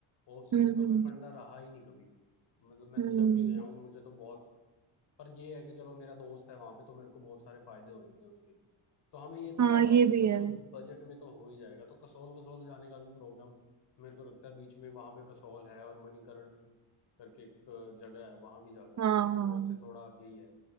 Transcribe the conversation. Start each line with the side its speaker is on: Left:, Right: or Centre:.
Left: ऑफ सीजन
Right: हम्म
Left: का कोई
Right: हम्म
Left: फंडा रहा ही नहीं कभी मतलब मैं
Right: हम्म।
Left: तो जब भी गया हूँ मुझे तो बहुत पर ये है कि चलो मेरा दोस्त है वहां पे तो मेरे को बहुत सारे फायदे हो जाते हैं उसके तो हमें ये तो
Right: हाँ
Left: फायदा
Right: ये
Left: हो जाएगा
Right: भी
Left: चलो
Right: है
Left: बजट में तो हो ही जाएगा तो कसौल वसौल जाने का भी प्रोग्राम मेरे को लगता है बीच में वहां पे कसौल है और मणिकरण करके एक जगह है वहां भी जा सकते
Right: हाँ
Left: हैं वो कसौल
Right: हाँ
Left: से थोड़ा आगे ही है